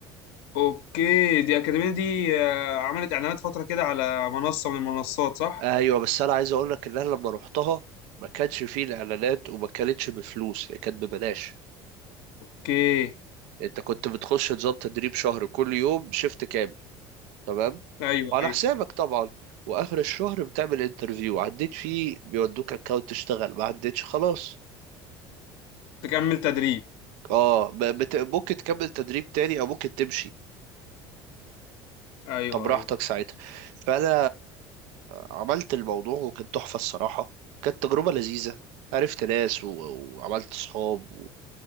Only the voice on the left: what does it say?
أوكي دي أكاديمية دي آه، عملت إعلانات فترة كده على منصة من المنصات صح؟
أوكي
أيوه
أيوه
تكمل تدريب
أيوه
أيوه